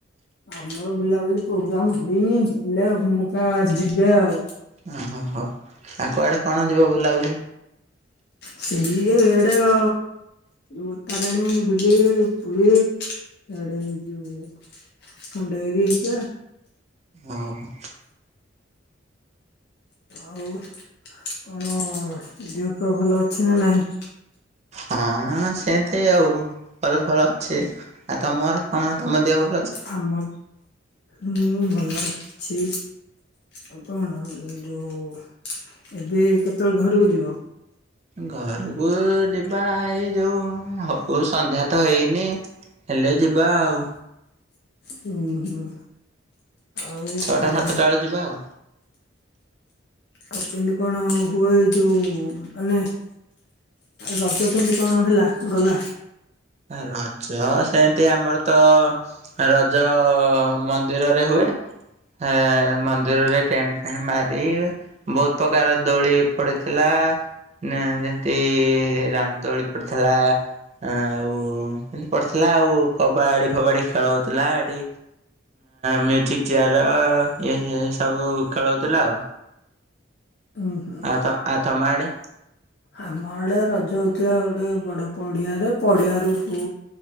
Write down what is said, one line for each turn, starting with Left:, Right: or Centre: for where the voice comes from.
Left: ଆମର ବୁଲାବୁଲି ପ୍ରୋଗ୍ରାମ ହେଇନି ହେଲେ ହୁମୁକା ଯିବେ ଆଉ।
Right: ଓ ହୋ ହୋ ଆଉ କୁଆଡ଼େ କଣ ଯିବେ ବୁଲାବୁଲି?
Left: ସେଇ ଇଏରେ ଏଟାର ଉ ତାରିଣୀ ବୁଲି ପୁରୀ। ଖଣ୍ଡଗିରି ଯିବା।
Right: ଅଁ ହଁ।
Left: ଆଉ କଣ ଦିଅ ଫିଅ ଭଲ ଅଛି ନା ନାହିଁ?
Right: ହଁ ସେମତି ଆଉ ଭଲ ଫଲ ଅଛି ଆଉ ତମର କଣ ତମ ଦେହଭ
Left: ଆମ ମୁଁ ଭଲ ଅଛି। ଆଉ କଣ ଯୋଉ ଏବେ କେତବେଳେ ଘରୁକୁ ଯିବ?
Right: ଘରୁକୁ ଯିବା ଏଇ ଯୋଉ ହବ ସନ୍ଧ୍ୟା ତ ହେଇନି। ହେଲେ ଯିବା ଆଉ।
Left: ହୁଁ ହୁଁ ଆଉ
Right: ଛଅଟା
Left: କଣ?
Right: ସାତଟା ବେଳେ ଯିବା ଆଉ
Left: ଆଉ କିମତି କଣ ହୁଏ ଯୋଉ ମାନେ ରଜ କେମତି କଣ ହେଲା ଗଲା।
Right: ରଜ ସେମତି ଆମର ତ ରଜ ମନ୍ଦିରରେ ହୁଏ। ହା ମନ୍ଦିରରେ ଟେଣ୍ଟ ଫେଣ୍ଟ ମାରି ବହୁତ ପ୍ରକାର ଦୋଳି ପଡିଥିଲା। ଆ ଯେମତି ରାମଦୋଳି ପଡିଥିଲା। ଆଁ ଉଁ ହେମତି ପଡିଥିଲା ଆଉ କବାଡି ଫବାଡି ଖେଳ ହଉଥିଲା ହେଠି। ମ୍ୟୁଜିକ ଚେୟାର ଏ ସବୁ ଖେଳହଉଥିଲା ଆଉ।
Left: ଉଁ ହୁ।
Right: ଆଉ ତ ଆଉ ତମ ଆଡେ।
Left: ଆମ ଆଡେ ରଜ ହଉଥିଲା ଗୋଟେ ବଡ ପଡିଆରେ ପଡିଆ ରୁ ହୁ